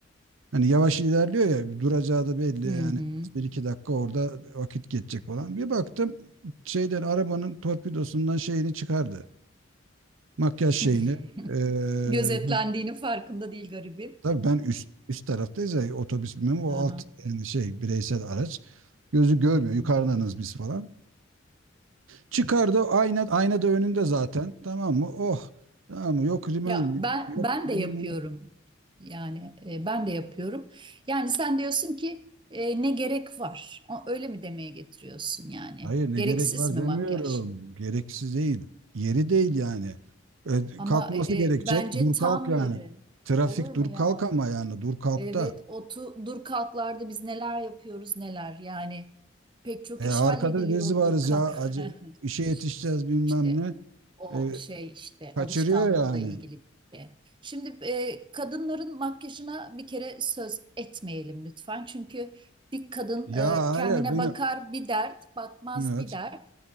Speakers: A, on the right; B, on the right.
A: hani yavaş ilerliyor ya duracağı da belli
B: Hı
A: yani
B: hı.
A: bir iki dakika orada vakit geçecek falan. Bir baktım şeyden arabanın torpidosundan şeyini çıkardı. Makyaj şeyini.
B: <laughs>
A: Ee,
B: Gözetlendiğinin farkında değil garibim.
A: tabii ben üst üst taraftayız ya otobüs bilmem o
B: Aha.
A: alt yani şey bireysel araç. Gözü görmüyor.
B: Hı hı.
A: Yukarıdanız biz falan. Çıkardı ayna, ayna da önünde zaten. Tamam mı? Oh. Tamam mı? Yok rimen
B: Ya
A: mi?
B: ben
A: Yok
B: ben
A: bilmem.
B: de yapıyorum. Yani e, ben de yapıyorum. Yani sen diyorsun ki e, ne gerek var? O- Öyle mi demeye getiriyorsun yani?
A: Hayır ne
B: Gereksiz
A: gerek var
B: mi
A: demiyorum.
B: makyaj?
A: Gereksiz değil. Yeri değil yani. E,
B: Ama
A: kalkması
B: e,
A: gerekecek.
B: e, bence
A: Dur
B: tam
A: kalk yani.
B: yeri.
A: Trafik
B: Olur mu
A: dur
B: ya?
A: kalk ama yani dur kalk
B: Evet,
A: da.
B: otu dur kalklarda biz neler yapıyoruz neler. Yani pek çok
A: E,
B: iş
A: arkada
B: hallediliyor
A: biz
B: o
A: varız
B: dur kalk.
A: ya. Acı,
B: <laughs>
A: işe yetişeceğiz bilmem
B: İşte
A: ne.
B: o
A: E,
B: şey işte
A: kaçırıyor
B: alışkanlıkla
A: yani.
B: ilgili bir şey. Şimdi e, kadınların makyajına bir kere söz etmeyelim lütfen. Çünkü bir kadın
A: Ya
B: e,
A: hayır
B: kendine
A: benim.
B: bakar bir dert, bakmaz
A: Evet.
B: bir dert.